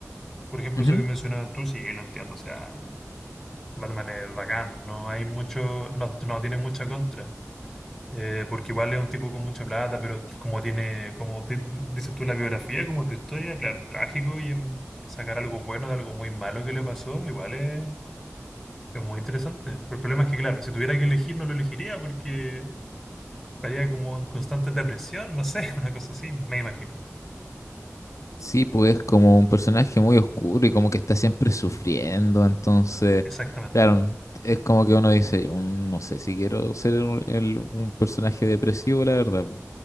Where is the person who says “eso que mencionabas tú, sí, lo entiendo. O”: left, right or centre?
Centre